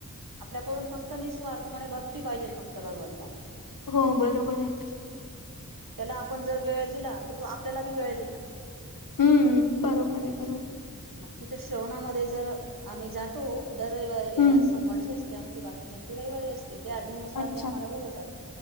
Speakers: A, on the right; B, on the left.
A: आपल्याकडून फक्त निःस्वार्थ म्हणे भक्ती पाहिजेल फक्त भगवंताला.
B: हो बरोबर ए.
A: त्याला आपण जर वेळ दिला, तर तो आपल्याला बी वेळ दिईल ना?
B: हुं. बरोबर हाय बरोबर.
A: मग तिथ श्रवणामध्ये जर आम्ही जातो. दर रविवारी अ
B: हं,
A: सोमवारची असते ते आमची बाकीच्याची रविवारी असते, त्या आज्ञेनुसार
B: अच्छा.
A: ते आम्हाला बोलवतात